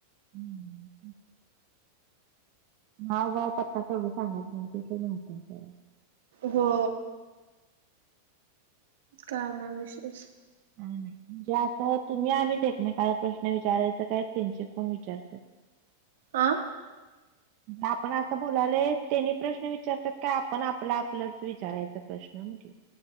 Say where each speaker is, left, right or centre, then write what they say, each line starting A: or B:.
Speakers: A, on the right; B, on the right.
A: हम्म नाव, गाव, पत्ता तेवढं सांगायच नाही, त्याच्यानं होतंय काय?
B: हो काय मंग विशेष?
A: काही नाही, म्हणजे आता तुम्ही आम्ही एकमेकाला प्रश्न विचारायच काय त्यांचे कोण वि चारतात
B: आ <inaudible>
A: आपण असं बोलाले त्यांनी प्रश्न विचारतात का आपण आपलं आपलंच विचारायच प्रश्न? म्या म्हटलं